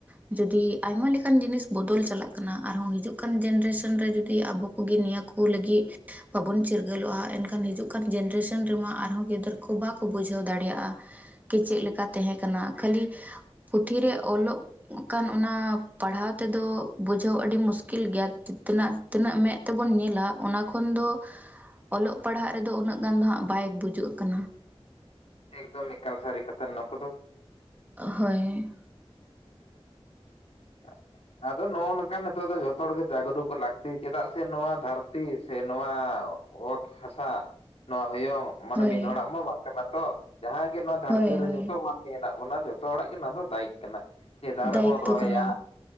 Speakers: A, on the right; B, on the left.
A: ᱡᱩᱫᱤ ᱟᱭᱢᱟ ᱞᱮᱠᱟᱱ ᱡᱤᱱᱤᱥ ᱵᱚᱫᱚᱞ ᱪᱟᱞᱟᱜ ᱠᱟᱱᱟ ᱟᱨᱦᱚᱸ ᱦᱤᱡᱩᱜ ᱠᱟᱱ ᱡᱮᱱᱟᱨᱮᱥᱚᱱ ᱨᱮ ᱡᱩᱫᱤ ᱟᱵᱚ ᱠᱚᱜᱮ ᱱᱤᱭᱟᱹ ᱠᱚ <unintelligible> ᱪᱤᱨ ᱜᱟᱞᱚᱜᱼᱟ ᱮᱱᱠᱷᱟᱱ ᱦᱤᱡᱩᱜ ᱠᱟᱱ ᱡᱱᱟᱨᱮᱥᱚᱱ ᱨᱮᱢᱟ ᱟᱨᱦᱚᱸ ᱜᱤᱫᱟᱹᱨ ᱠᱚ ᱵᱟᱠᱚ ᱵᱩᱡᱷᱟᱹᱣ ᱫᱟᱲᱮᱭᱟᱜᱼᱟ ᱪᱮᱫ ᱞᱮᱠᱟ ᱛᱟᱦᱮᱸ ᱠᱟᱱᱟ ᱠᱷᱟᱹᱞᱤ ᱯᱩᱛᱷᱤ ᱚᱞᱚᱜ ᱠᱷᱟᱱ ᱚᱱᱟ ᱯᱟᱲᱦᱟᱣ ᱛᱮᱫᱚ ᱵᱩᱡᱷᱟᱹᱣ ᱟᱹᱰᱤ ᱢᱩᱥᱠᱤᱞ ᱜᱮᱭᱟ ᱛᱮᱱᱟᱜ ᱛᱤᱱᱟᱹᱜ ᱢᱮᱫ ᱛᱮᱵᱚᱱ ᱧᱮᱞᱟ ᱚᱱᱟ ᱠᱷᱚᱱ ᱫᱚ ᱚᱞᱚᱜ ᱯᱟᱲᱦᱟᱜ ᱨᱮᱫᱚ ᱩᱱᱟᱹᱜ ᱜᱟᱱ ᱫᱚ ᱦᱟᱜ ᱵᱟᱭ ᱵᱩᱡᱩᱜ ᱠᱟᱱᱟ
B: ᱮᱠᱫᱚᱢ ᱮᱠᱟᱞ ᱥᱟᱨᱤ ᱠᱟᱛᱷᱟ ᱱᱚᱣᱟ ᱠᱚᱫᱚ
A: ᱦᱳᱭ
B: <unintelligible> ᱟᱫᱚ ᱱᱚᱜᱼᱚ ᱱᱚᱝᱠᱟ ᱱᱤᱛᱚᱜ ᱫᱚ ᱡᱷᱚᱛᱚ ᱦᱚᱲᱜ ᱡᱟᱜᱽᱨᱩᱠ ᱞᱟᱹᱠᱛᱤ ᱪᱮᱫᱟᱜ ᱥᱮ ᱱᱚᱣᱟ ᱫᱷᱟᱹᱨᱛᱤ ᱥᱮ ᱱᱚᱣᱟ ᱚᱛ ᱦᱟᱥᱟ ᱥᱮ ᱱᱚᱣᱟ ᱦᱚᱭᱚᱝ ᱢᱟᱱᱮ
A: ᱦᱳᱭ
B: ᱢᱤᱫ ᱦᱚᱲᱚᱲᱟᱜ ᱢᱟ ᱵᱟᱝ ᱠᱟᱱᱟ ᱛᱚ ᱡᱟᱦᱟᱸᱜ ᱜᱮ ᱱᱚᱣᱟ ᱫᱷᱟᱹᱨᱛᱤ
A: ᱦᱳᱭ
B: ᱨᱮ
A: ᱦᱳᱭ
B: ᱡᱷᱚᱛᱚ ᱢᱟᱱᱢᱤ ᱦᱮᱱᱟᱜ ᱚᱱᱟ ᱡᱚᱛᱚ ᱦᱚᱲᱟᱜ ᱜᱮ ᱚᱱᱟ ᱫᱚ ᱫᱟᱭᱤᱠ ᱠᱟᱱᱟ ᱡᱮ ᱫᱟᱨᱮᱵᱚᱱ
A: ᱫᱟᱭᱤᱛᱛᱚ
B: ᱨᱚᱦᱚᱭᱟ
A: ᱠᱟᱱᱟ